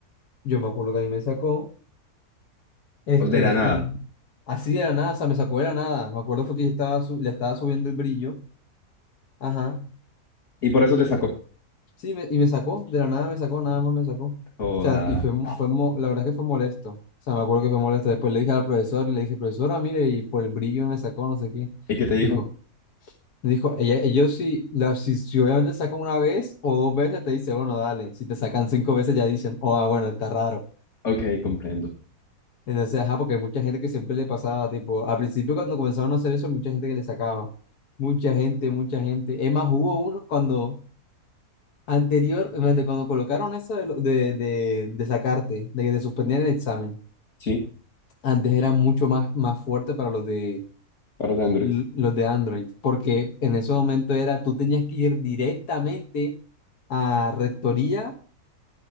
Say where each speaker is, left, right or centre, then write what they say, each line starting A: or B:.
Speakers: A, on the left; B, on the left.
A: yo me acuerdo que a mí me sacó. Este,
B: O De la nada.
A: y así de la nada, o sea, me sacó de la nada. Me acuerdo fue que yo estaba su- le estaba subiendo el brillo. Ajá.
B: Y por eso te sacó.
A: Sí, me- y me sacó, de la nada me sacó, nada más me sacó. O
B: Joda.
A: sea, y fue, mo- fue, mo- la verdad es que fue molesto. O sea, me acuerdo que fue molesto. Después le dije al profesor, le dije, profesora, mire, y por el brillo me sacó, no sé qué.
B: ¿Y qué te dijo?
A: Dijo, me dijo, ella, ellos si, la, si, si obviamente sacan una vez o dos veces, te dice, bueno, dale. Si te sacan cinco veces, ya dicen, oh, ah, bueno, está raro.
B: Ok, comprendo.
A: Entonces, ajá, porque hay mucha gente que siempre le pasaba, tipo, al principio cuando comenzaron a hacer eso, mucha gente que le sacaba, mucha gente, mucha gente. Es más, hubo uno cuando anterior, imagínate, cuando colocaron eso de, lo- de, de, de sacarte, de que te suspendían el examen,
B: Sí,
A: antes era mucho más, más fuerte para los de,
B: para de Android.
A: los de Android, porque en ese momento era, tú tenías que ir directamente a rectoría